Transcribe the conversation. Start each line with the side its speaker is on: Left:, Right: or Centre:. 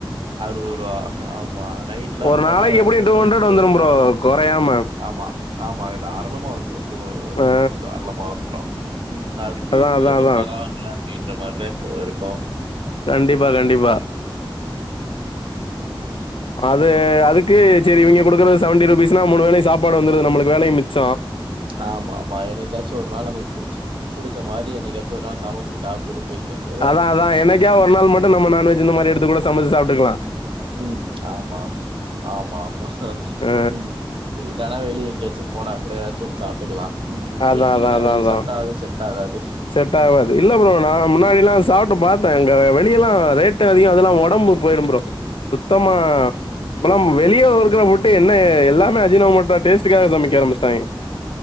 Right: அருவ ரூபா ஆமா நைட்ல்லா
Left: ஒரு
Right: போனா
Left: நாளைக்கு
Right: ஏதாச்சும்
Left: எப்படியும்
Right: ஒண்னு
Left: டூ ஹண்ட்ரட்
Right: முட்ட
Left: வந்துடும்
Right: இட்ட சாப்டாம
Left: ப்ரோ குறையாம
Right: ஆமா ஆமா அது தாரளமா வந்துரு டூ
Left: ஆ
Right: ஹண்டர்ட் தாராளம் வந்துரும் அதுக்கு
Left: அதான்
Right: இது
Left: அதான்
Right: ஏதோ
Left: அதான்
Right: பராவால்ல அப்படின் இந்த மாரிதா இப்போ இருக்கோ
Left: கண்டிப்பா கண்டிப்பா அது அதுக்கு செரி இவிங்க கொடுக்குற செவன்டி ருபீஸ்னா மூணு வேலையும் சாப்பாடு வந்துடுது நம்மளுக்கு வேலையு மிச்ச
Right: ஆமா ஆமா என்னைக்காச்சு ஒரு நாள் நமக்கு புடிச்ச புடிச்ச மாரி என்னைக்காச்சும் ஒரு நாள் சமைச்சு சாப்ட்டுட்டு போய்க்க வேண்டியது.
Left: அதா அதா என்னைக்கா ஒரு நாள் மட்டு நம்ம நான்வெஜ் இந்த மாரி எடுத்துக்கூட சமைச்சு சாப்பிட க்கலாம்
Right: ம் ஆமா ஆமா ஆமா
Left: அ
Right: ம் இல்லன்னா வெளிய எங்க போனா கூட ஏதாச்சு ஒன்னு சாப்ட்டுக்கலா ம்
Left: அதான்
Right: டெய்லியுந்தா
Left: அதான் அதான்
Right: வெளிய
Left: அதான்
Right: சாப்ட்டா அது செட் ஆகாது.
Left: செட் ஆவாது இல்ல ப்ரோ நா முன்னாடில்லா சாப்ட்டு பாத்த அங்க வெளிய எல்லாம் ரேட்டு அதுவு இல்லாம ஒடம்பு போயிடும் புரோ சுத்தமா இப்பலா வெளிய இருக்கிற ஃபுட் என்ன எல்லாமே அஜீனமோட்டோ டேஸ்டுக்காக சமக்க ஆரம்பிச்சிட்டாங்க